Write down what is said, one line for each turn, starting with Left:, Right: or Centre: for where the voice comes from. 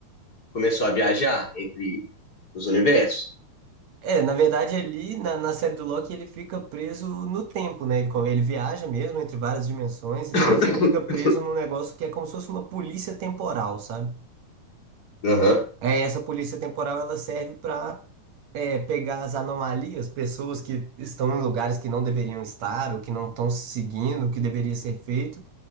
Left: começou a viajar entre os universos.
Right: É, na verdade ali na, na série do Loki ele fica preso no tempo, né? Ele, co- ele viaja mesmo entre várias dimensões e
Left: <coughs>
Right: tal, e ele fica preso num negócio que é como se fosse uma polícia temporal, sabe?
Left: Aham,
Right: É, essa polícia temporal ela serve para é, pegar as anomalias, pessoas que estão em lugares que não deveriam estar, ou que não estão seguindo o que deveria ser feito,